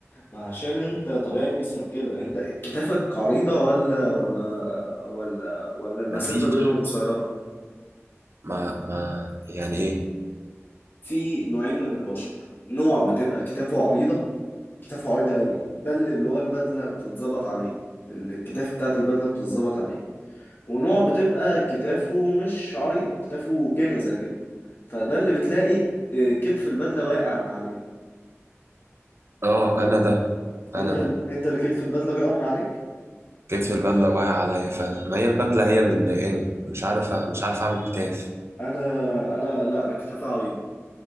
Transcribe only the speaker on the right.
مفيش
ما ما يعني ايه
اه انا ده
انا ده
كتف البدله واقع عليا فعلا ما هي البدله هي اللي مضايقاني مش عارف مش عارف اعمل كتاف